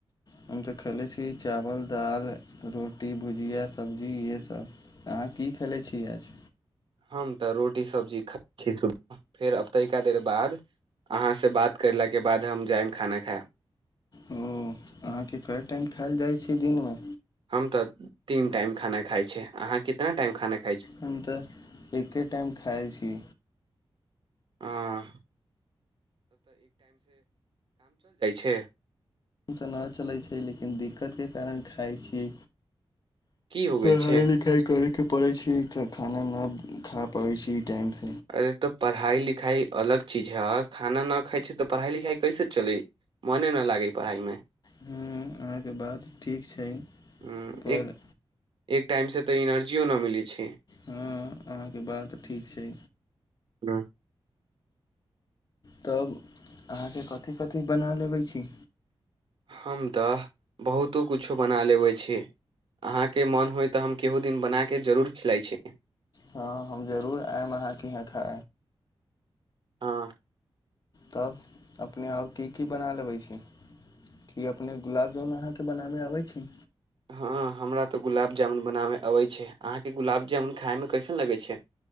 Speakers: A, on the left (about 45°); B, on the right (about 60°).
A: हम तऽ खेलै छी चावल दालि रोटी भुजिया सब्जी इएहेसभ अहाँ की खेलै छी आज
B: हम तऽ रोटी सब्जी खाइ छी सुबह फेर अब तनिका देर बाद अहाँसँ बात करलाके बाद हम जायम खाना खायब
A: ओ अहाँके कए टाइम खायल जाइ छै के दिनमे
B: हम तऽ तीन टाइम खाना खाय छी अहाँ कितना टाइम खाना खाय
A: हम तऽ एके टाइम खाइ छी
B: आ छै
A: तऽ नहि चलै छै लेकिन दिक्कत के कारण खइ छी
B: की हो गेल
A: पढ़ाइ
B: छै
A: लिखाइ करैके छै तऽ खाना न खा पाबै छी टाइमसँ
B: अरे तऽ पढ़ाइ लिखाइ अलग चीज हए खाना नहि खाइ छै तऽ पढ़ाइ लिखाइ कैसे चलै मोने नहि लागै पढ़ाइमे
A: ह अहाँके बात ठीक छै
B: हम्म,
A: पर
B: एक एक टाइमसँ तऽ एनर्जियो नहि मिलै छै
A: हँ अहाँके बात ठीक छै
B: ह
A: तब अहाँके कथिी कथिी बना लेबै छी
B: हम तऽ बहुतो किछो बना लेबै छी अहाँके मोन होय तऽ हम केहू दिन बना कऽ जरूर खिलाइत छी
A: हँ हम जरूर आयब अहाँके यहाँ ख
B: हँ
A: तब अपने आओर की की बना लेबै छी की अपने गुलाब जामुन अहाँके बनाबय अबै छी
B: हँ हमरा तऽ गुलाब जामुन बनाबयमे अबै छै अहाँके गुलाब जामुन खायमे कैसन लगैत छै